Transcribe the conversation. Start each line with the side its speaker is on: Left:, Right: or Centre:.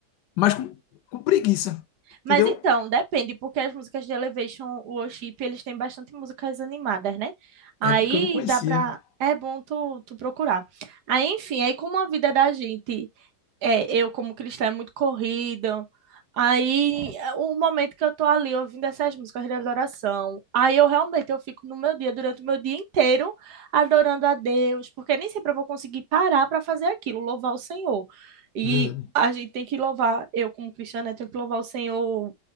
Left: mas com, com preguiça, entendeu?
Right: Mas então, depende, porque as músicas de Elevation Worship, eles têm bastante músicas animadas, né? Aí
Left: É porque eu não conhecia.
Right: dá pra. É bom tu, tu procurar. Aí, enfim, aí como a vida da gente é, eu como cristã é muito corrida. Aí, é, o momento que eu tô ali ouvindo essas músicas de adoração, aí eu realmente eu fico no meu dia, durante o meu dia inteiro, adorando a Deus, porque nem sempre eu vou conseguir parar para fazer aquilo, louvar o Senhor. E
Left: Verdade.
Right: a gente tem que louvar, eu como cristã, né, tenho que louvar o Senhor